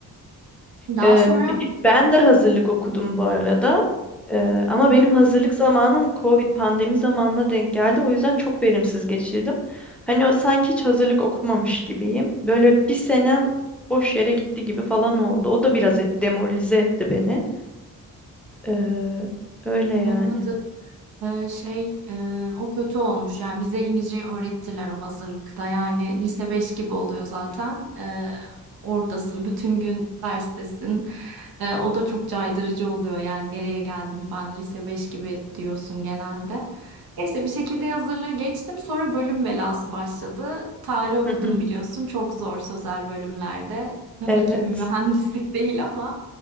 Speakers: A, on the right; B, in the centre.
A: Daha
B: Ee,
A: sonra
B: bi- ben de hazırlık okudum bu arada. Ee, ama
A: Hı
B: benim
A: hı,
B: hazırlık zamanım Covid pandemi zamanına denk geldi. O yüzden çok verimsiz geçirdim. Hani o sanki hiç hazırlık okumamış gibiyim. Böyle bir senem boş yere gitti gibi falan oldu. O da biraz et- demoralize etti beni. Ee, öyle yani.
A: anladım. Ee, şey e, o kötü olmuş yani bize İngilizceyi öğrettiler o hazırlıkta yani lise 5 gibi oluyor zaten Ee, oradasın bütün gün derstesin Ee, o da çok caydırıcı oluyor yani nereye geldim ben lise 5 gibi diyorsun genelde. Neyse bir şekilde hazırlığı geçtim sonra bölüm belası başladı tarih okudum
B: Hı hı.
A: biliyorsun çok zor sözel bölümlerde tabii
B: Evet.
A: ki bir mühendislik <laughs> değil ama